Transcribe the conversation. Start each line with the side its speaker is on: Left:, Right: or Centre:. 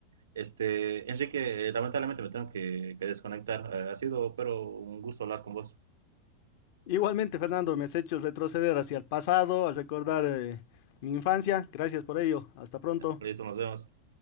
Right: Este, Enrique, eh, lamentablemente me tengo que, que desconectar. Eh, ha sido, pero un gusto hablar con vos.
Left: Igualmente, Fernando, me has hecho retroceder hacia el pasado, al recordar eh, mi infancia. Gracias por ello. Hasta pronto.
Right: Listo, nos vemos.